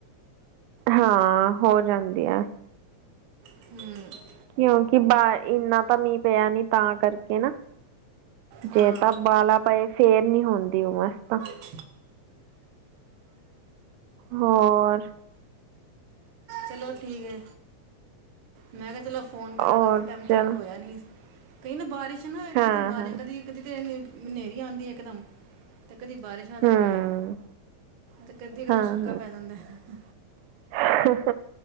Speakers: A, on the right; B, on the right.
A: ਹਾਂ ਹੋ ਜਾਂਦੀ ਆ।
B: ਹੂੰ।
A: ਕਿਉਂਕਿ ਬਾਹਰ ਇੰਨਾ ਤਾਂ ਮੀਂਹ ਪਿਆ ਨੀ ਤਾਂ ਕਰਕੇ ਨਾ।
B: ਹਾਂ
A: ਜੇ ਤਾਂ ਬਾਲਾ ਪਏ ਫੇਰ ਨੀ ਹੁੰਦੀ ਉਮਸ ਤਾਂ।
B: <unintelligible> ਹੂੰ,
A: ਹੋਰ
B: ਚਲੋ ਠੀਕ ਐ, ਮੈਂ ਕਿਆ ਚਲੋ ਫੋਨ ਕਰਾਂ
A: ਔਰ
B: ਕਾਫੀ ਟਾਈਮ
A: ਚਲ
B: ਤੋਂ ਹੋਇਆ ਨਈ। ਕਈ ਨਾ ਬਾਰਿਸ਼ ਨਾ ਇਥੇ
A: ਹਾਂ
B: ਇਥੇ ਬਾਹਰ
A: ਹਾਂ
B: ਕਦੀ ਕਦੀ ਤੇ ਇਹਨੇ ਨੇਰੀ ਆਂਦੀ ਇੱਕਦਮ ਤੇ ਕਦੀ ਬਾਰਿਸ਼ ਆ ਜਾਂਦੀ
A: ਹਮ
B: ਏ। ਤੇ ਕਦੀ ਇਕਦਮ
A: ਹਾਂ
B: ਸੁੱਕਾ ਪੈ ਜਾਂਦਾ ਐ।
A: ਹਾਂ